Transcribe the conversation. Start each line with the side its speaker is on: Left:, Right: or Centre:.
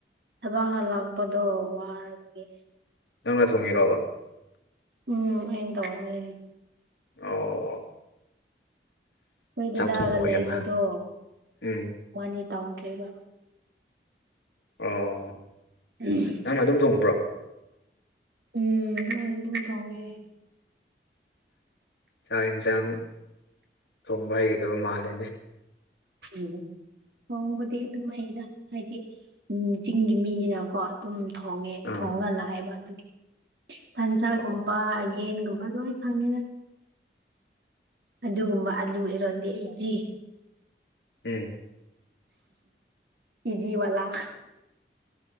Right: ꯊꯕꯛ ꯍꯜꯂꯥꯛꯄꯗꯣ ꯋꯥꯔꯕꯒꯤ
Left: ꯅꯪꯅ ꯊꯣꯉꯤꯔꯣꯕ
Right: ꯎꯝ ꯑꯩꯅ ꯇꯧꯋꯦ
Left: ꯑꯣ
Right: ꯑꯩꯈꯣꯏ ꯗꯗꯥꯒ
Left: ꯆꯥꯛ ꯊꯣꯡꯕ
Right: ꯂꯩꯕꯗꯣ
Left: ꯌꯥꯝ ꯎꯝ
Right: ꯃꫭꯅꯤ ꯇꯧꯗ꯭ꯔꯦꯕ
Left: ꯑꯣ
Right: <unintelligible>
Left: ꯅꯪꯅ ꯑꯗꯨꯝ ꯊꫭꯡꯕ꯭ꯔꯣ
Right: ꯎꯝ ꯑꯩꯅ ꯑꯗꯨꯝ ꯊꫭꯡꯉꯦ
Left: ꯆꯥꯛ ꯌꯦꯟꯁꯥꯡ ꯊꯣꯡꯕ ꯍꯩꯒꯗꯕ ꯃꯥꯜꯂꯦꯅꯦ
Right: ꯎ ꯊꫭꯡꯕꯗꯤ ꯑꯗꯨꯝ ꯑꯩꯅ ꯍꯥꯏꯗꯤ ꯎ ꯆꯤꯡꯒꯤ ꯃꯤꯅꯤꯅ ꯀꯣ ꯑꯗꯨꯝ ꯊꯣꯡꯉꯦ
Left: ꯑꯥ
Right: ꯊꯣꯡꯉ ꯂꯥꯛꯑꯦꯕ ꯑꯗꯨꯒꯤ ꯁꯟꯁꯥꯒꯨꯝꯕ
Left: ꯑꯣ
Right: ꯌꯦꯟꯒꯨꯝꯕ ꯂꯣꯏ ꯈꯪꯉꯦꯗ ꯑꯗꯨꯒꯨꯝꯕ ꯑꯂꯨ ꯏꯔꯣꯟꯗꯤ ꯑꯩꯗꯤ
Left: ꯑꯦ
Right: ꯀꯦꯖꯤ ꯋꯂꯥ